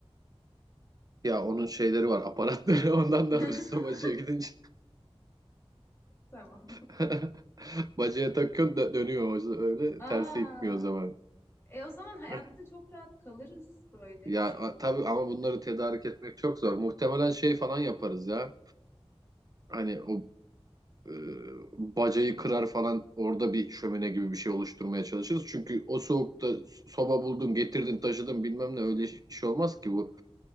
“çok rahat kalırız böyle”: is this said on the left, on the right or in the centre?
Left